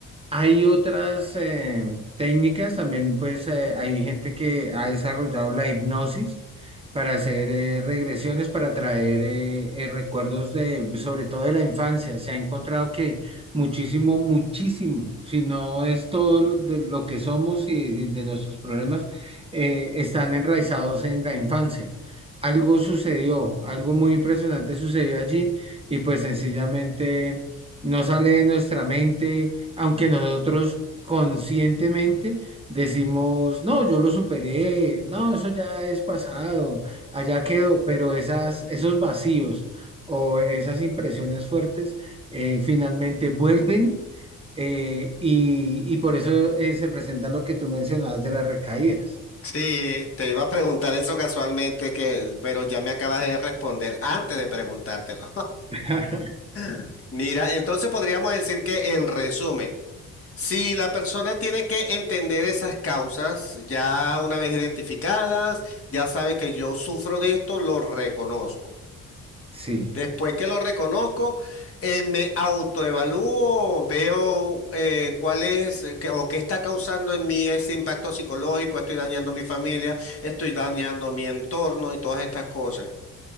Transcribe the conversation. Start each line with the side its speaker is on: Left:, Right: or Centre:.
Right: Hay otras eh, técnicas también, pues eh, hay gente que ha desarrollado la hipnosis para hacer eh, regresiones, para traer eh, eh, recuerdos de, sobre todo de la infancia. Se ha encontrado que muchísimo, muchísimo, si no es todo lo, de lo que somos y, y de nuestros problemas, eh, están enraizados en la infancia. Algo sucedió, algo muy impresionante sucedió allí y pues sencillamente no sale de nuestra mente aunque nosotros conscientemente decimos, no, yo lo superé, no, eso ya es pasado, allá quedó, pero esas, esos vacíos o esas impresiones fuertes eh, finalmente vuelven eh, y, y por eso eh, se presenta lo que tú mencionabas de las recaídas.
Left: Sí, te iba a preguntar eso casualmente, que, pero ya me acabas de responder antes de preguntártelo.
Right: <laughs>
Left: <laughs> Mira, entonces podríamos decir que en resumen, si la persona tiene que entender esas causas ya una vez identificadas, ya sabe que yo sufro de esto, lo reconozco.
Right: Sí,
Left: Después que lo reconozco, eh, me autoevalúo, veo eh, cuál es eh, qué- o qué está causando en mí ese impacto psicológico, estoy dañando mi familia, estoy dañando mi entorno y todas estas cosas.